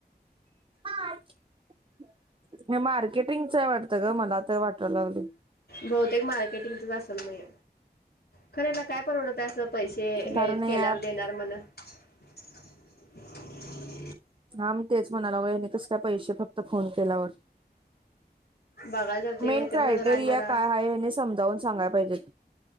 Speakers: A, on the right; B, on the left.
A: <inaudible> मार्केटिंगचय वाटत ग मला तर वाटायला लागले.
B: बहुतेक मार्केटिंगचच असेल? म हे खर याना काय परवडत अस पैसे हे
A: कारण
B: केल्यावर
A: ऍप
B: देणार म्हण <unintelligible>
A: हा म तेच म्हणाला गलोय हेनी कस काय पैसे फक्त फोन केल्यावर
B: बघायला जाते
A: मेन
B: मैत्रीण
A: क्रायटेरिया
B: ना जरा आणि जरा
A: काय आहे हेने समजावून सांगाय पाहिजेत.